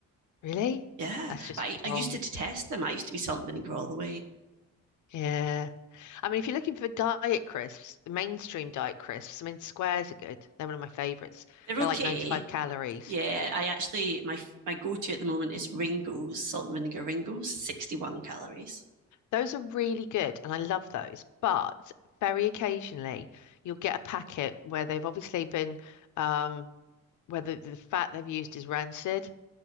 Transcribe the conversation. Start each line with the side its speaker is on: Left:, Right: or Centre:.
Left: Really?
Right: Yeah,
Left: That's just
Right: but I,
Left: wrong.
Right: I used to detest them. I used to be salt and vinegar all the way.
Left: Yeah. I mean, if you're looking for diet crisps, mainstream diet crisps, I mean, squares are good. They're one of my favorites.
Right: They're
Left: They're
Right: okay.
Left: like 95 calories.
Right: Yeah, I actually my my go-to at the moment is Ringos, salt and vinegar Ringos, 61 calories.
Left: Those are really good, and I love those. But very occasionally, you'll get a packet where they've obviously been, um, where the, the fat they've used is rancid,